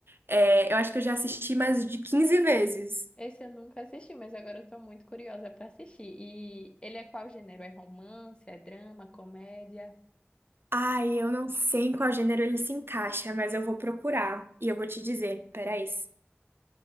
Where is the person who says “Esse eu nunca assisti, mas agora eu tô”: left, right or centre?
Left